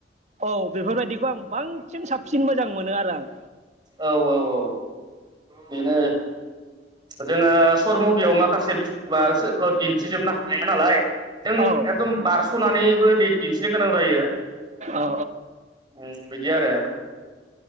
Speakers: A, on the right; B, on the right.
A: औ बेफोरबायदिखौ आं बांसिन साबसिन मोजां मोनो आरो आं।
B: औ औ औ बेनो जोङो सरमु बियाव माखासे <unintelligible> दिन्थिजोबनो हाया नालाय जों एकदम
A: आं
B: बारसनानैबो दिन्थिनो गोनां जायो
A: औ
B: उम बिदि आरो।